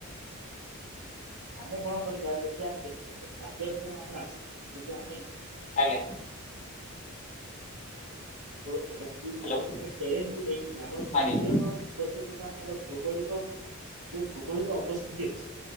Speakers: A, on the right; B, on the left.
A: ଆମେ କଣ କରିବା ଯଦି ଆମେ ଦେଖୁଚନ୍ତି ଖାଦ୍ୟ ପାଇଁ ଆମର ଆସଛି ଯଦି ଆମେ
B: ଆଜ୍ଞା।
A: ବହୁତ୍ ବଢିଆ ସେ ଏଇ
B: ହ୍ୟାଲୋ
A: ଗୋଟେ ଗୋଟେ ଟେରନକୁୁ ନେଇକି ଆମର ଖାଦ୍ୟ
B: ଆଜ୍ଞା
A: ର ପୋଷକ ଆମର ଭୌଗୋଳିକ ଯୋଉ ଭୌଗୋଳିକ ଅବସ୍ଥିତି ଅଛି।